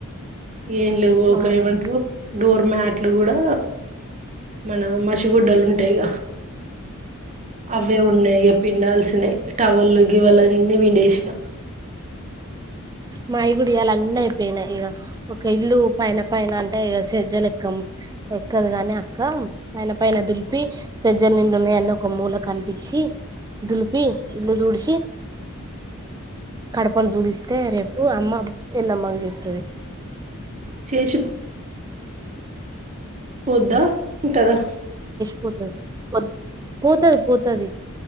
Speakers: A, on the right; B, on the right.
A: ఎంలెవ్వు ఒక
B: అవునా
A: ఏమంటరు. డోర్ మ్యాట్లు కూడా మన మసిగుడ్డలు ఉంటాయిగ అవ్వే ఉన్నాయి ఇ పిండాల్సినయ్ టవళ్ళు గివళ్ళు అన్నీ పిండేసిన.
B: మై గుడా ఇయాల అన్నీ అయిపోయినాయి. ఇక ఒక ఇల్లు పైన పైన అంటే ఇగ సజ్జలు ఎక్కం ఎక్కదు గాని అక్క పైన పైన దులిపి సజ్జల నిండున్నయ్ అన్ని ఒక మూల కనిపించి దులిపి ఇల్లు దుడిచి. కడపల్ పూజిస్ <inaudible> రేపు అమ్మా ఎల్లమ్మ కి చేత్తది.
A: చేసి పోద్దా ఉంటాదా. <inaudible>
B: పోతాది పోత్ పోతాది పోతాది